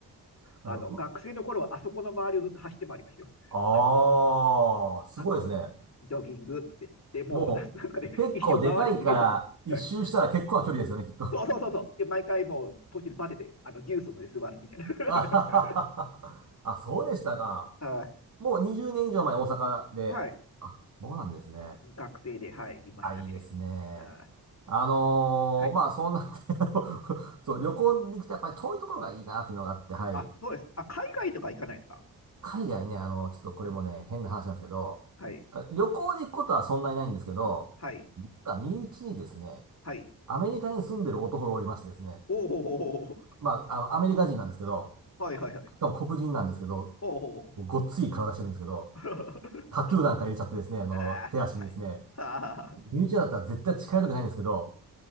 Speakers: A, on the right (about 50°); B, on the left (about 40°).
A: あの、
B: あの、
A: う
B: 学生の頃はあそこの周りをずっと走って回りましたよ。
A: ああ、
B: あの、
A: すごいですね。
B: あの、ジョギングって言って、でもうなんなんかね、
A: もう、結構でかいから、
B: 一周回りきれずに、
A: 一周したら結構な距離ですよね、
B: はい
A: きっと。<laughs>
B: そうそうそうそう。で、毎回もう途中でバテて、あの、ジュースので座るみたいな。<laughs>
A: あははははあ、そうでしたか。
B: はい
A: もう20年以上前、大阪で。
B: はい。
A: あ、そうなんですね。
B: 学生で、はい、いましたね。
A: あ、いいですね。
B: あ
A: あのーまあ、
B: はい。
A: そんな <laughs> あのそう、旅行に行くとやっぱり遠いところがいいなっていうのがあって、はい。
B: あ、そうです。あ、海外とか行かないですか
A: 海外ね、あの、ちょっとこれもね、
B: あ
A: 変な話なんですけど、
B: はい。
A: あ旅行で行くことはそんなにないんですけど、
B: はい。
A: 実は身内にですね、
B: はい。
A: アメリカに住んでる男がおりましてですね、
B: おおほほほほ。
A: まあ、あの、アメリカ人なんですけど、
B: はいはいはい。
A: かも黒人なんですけど、
B: おおほほほ。
A: もうごっつい体してるんですけど、
B: <laughs>
A: タトゥーなんか入れちゃってですね、あの、
B: あーはい。
A: 手足にですね、
B: はあ、
A: 身内だったら絶対近寄りたくないんですけど、